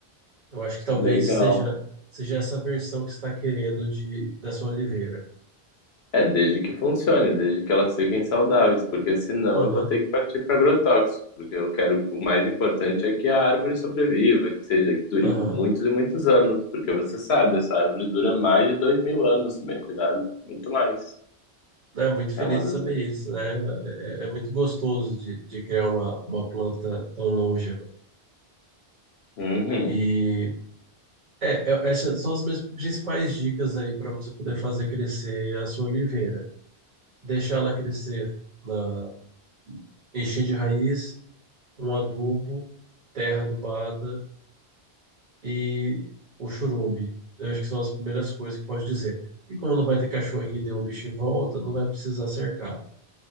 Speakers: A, on the right; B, on the left.
A: Eu acho que talvez
B: Legal.
A: seja, seja essa versão que você está querendo de, da sua oliveira.
B: É, desde que funcione, desde que elas fiquem saudáveis, porque senão
A: Aham,
B: eu vou ter que partir para agrotóxico, porque eu quero, o mais importante é que a árvore sobreviva, que seja, que dure
A: aham.
B: muitos e muitos anos, porque você sabe, essa árvore dura mais de dois mil anos, se bem cuidado, muito mais.
A: É muito feliz
B: É uma das...
A: de saber isso, né? É, é é muito gostoso de, de criar uma, uma planta tão longeva.
B: Uhum.
A: E é, eu- essas são as minhas principais dicas aí para você poder fazer crescer a sua oliveira. Deixar ela crescer na, Enchi de raiz, um adubo, terra adubada e o churume. Eu acho que são as primeiras coisas que posso dizer. E como não vai ter cachorrinho nem o bicho em volta, não vai precisar cercar.